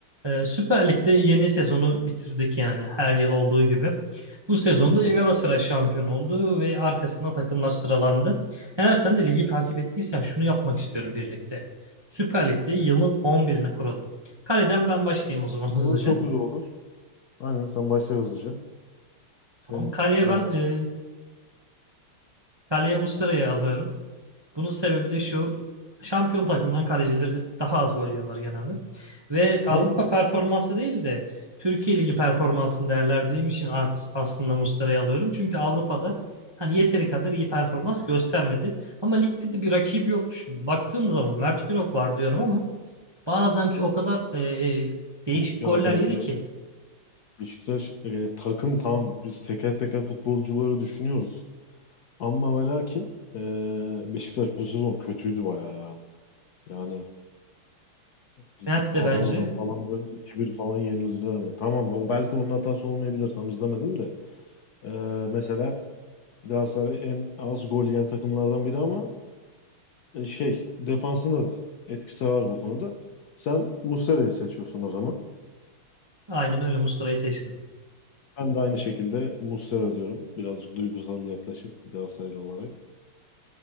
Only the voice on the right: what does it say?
Ee, Süper Lig'de yeni sezonu bitirdik yani her yıl olduğu gibi. Bu sezonda
Galatasaray şampiyon oldu ve arkasında takımlar sıralandı. Eğer sen de ligi takip ettiysen şunu yapmak istiyorum birlikte. Süper Lig'de yılın 11'ini kuralım. Kaleden ben başlayayım o zaman hızlıca.
Tamam. Kaleye
ben e, kaleye Muslera'yı alıyorum. Bunun sebebi de şu. Şampiyon takımdan kalecileri daha az gol yiyorlar genelde. Ve
Avrupa performansı değil de Türkiye Ligi performansını değerlendirdiğim için art, aslında Muslera'yı alıyorum. Çünkü Avrupa'da hani yeteri kadar iyi performans göstermedi. Ama ligde de bir rakibi yoktu şimdi. Baktığım zaman Mert Günok var diyorum ama bazen çok- o kadar e, e, değişik
goller
yedi ki.
Mert de
bence
aynen öyle Muslera'yı seçtim.